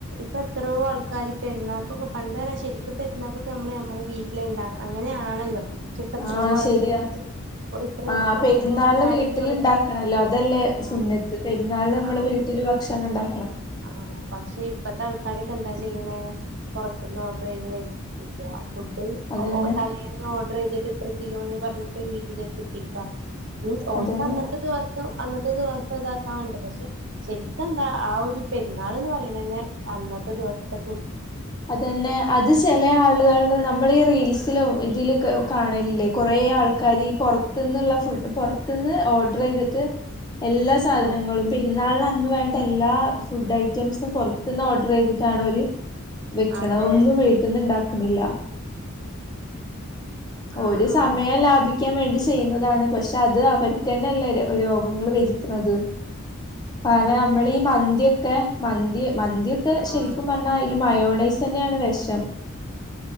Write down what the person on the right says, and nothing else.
ഇപ്പോൾ എത്രോ ആൾക്കാര് പെരുന്നാൾക്കൊക്കെ പണ്ട് തരാൻ ശരിക്കും പെരുന്നാൾക്കൊക്കെ നമ്മൾ നമ്മുടെ വീട്ടിലുണ്ടാണ് അങ്ങനെയാണല്ലോ? പക്ഷെ ഇപ്പ എത്രയോ
ആൾക്കാര്
അപ്പൊ ഇത്ര
ഇപ്പ
എത്രയോ ആൾക്കാര്
പൊറ
ആഹ്
ആഹ്
ആഹ്
ആഹ് പക്ഷേ ഇപ്പത്തെ ആൾക്കാരൊക്കെ എന്താ ചെയ്യണേ പുറത്തുന്ന് ഓർഡർ ചെയ്ത് വരുത്തിപ്പിക്കാ. ഫുഡ്
ഓ തലേന്ന് ഓർഡർ ചെയ്തിട്ട് ഇത്ര കിലോന്ന് പറഞ്ഞിട്ട് വീട്ടിലെത്തിപ്പിക്കും. മീൻസ് ഓൾക്ക്
അന്നത്തെ ദിവസം അന്നത്തെ ദിവസം ഇതാക്കാൻ വേണ്ടി പ ക്ഷേ ശെരിക്കാ ആ ഒരു പെരുന്നാൾ എന്ന് പറയണതന്നെ അന്നത്തെ ദിവസത്തെ ഫു
ആഹ്
ആഹ് ആഹ്
അതെ
ആഹ്
ആഹ്
ആഹ്